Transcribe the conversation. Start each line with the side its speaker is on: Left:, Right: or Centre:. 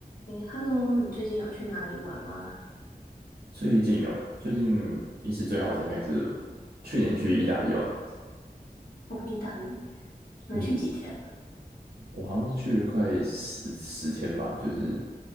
Left: 诶，Hello，你最近有去哪里玩吗？
Right: 最近哦，最近一次最好玩的应该是去年去意大利玩的。
Left: 哦，意大利，你们去几天啊？
Right: 嗯，我好像是去了快十十天吧，就是